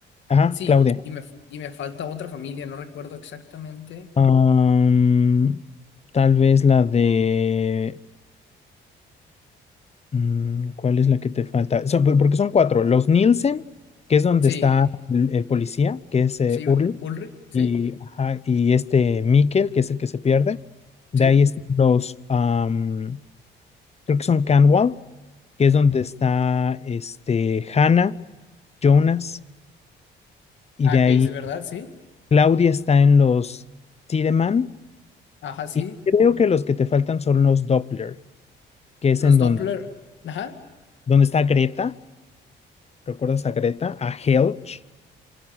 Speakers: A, on the left; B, on the left.
A: Ajá,
B: sí,
A: Claudia.
B: y me, y me falta otra familia, no recuerdo exactamente.
A: Am, tal vez la de... mm, ¿cuál es la que te falta? Son- por- porque son cuatro. Los Nielsen, que es donde
B: Sí,
A: está el, el policía, que es eh,
B: sí, un-
A: Urli,
B: Ulrich, ¿sí?
A: y, ajá, y este Mikkel, que es el que se pierde. De
B: Sí.
A: ahí están los... am, creo que son Canwall, que es donde está este, Hannah, Jonas, y
B: Ah,
A: de ahí
B: que dices, ¿verdad? Sí.
A: Claudia está en los Tiedemann,
B: Ajá, sí.
A: y creo que los que te faltan son los Doppler, que es
B: Los
A: en
B: Doppler.
A: donde,
B: Ajá.
A: donde está Greta, ¿recuerdas a Greta? A Helge,